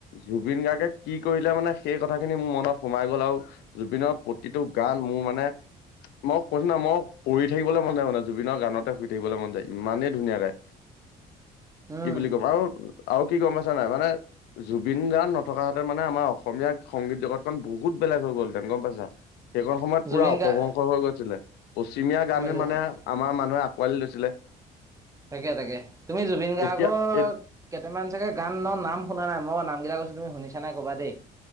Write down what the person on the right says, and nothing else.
উম
জুবিন
গাৰ্গ
গম পাইছো গম
পাইছো
তাকে তাকে, তুমি জুবিন গাৰ্গৰ
কেইটামান চাগে গান ন নাম শুনা নাই মই নাম কৈছ তুমি শুনিছা নাই ক'বা দেই।